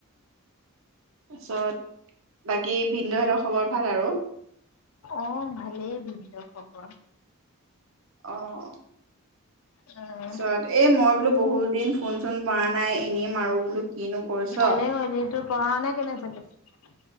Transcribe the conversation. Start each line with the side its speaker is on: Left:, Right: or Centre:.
Right: তাৰপাছত বাকী ভিনদেউহঁতৰ খবৰ ভাল আৰু।
Left: অ' ভালেই ভিনদেউৰ খবৰ
Right: অ'
Left: উম
Right: তাৰপিছত এ মই বোলো বহুত দিন ফোন চোন মৰা নাই এনেই মাৰো বোলো। কিনো কৰিছ?
Left: ভালে কৰিলি এইটো পঢ়া- শুনা কেনে চলি আছে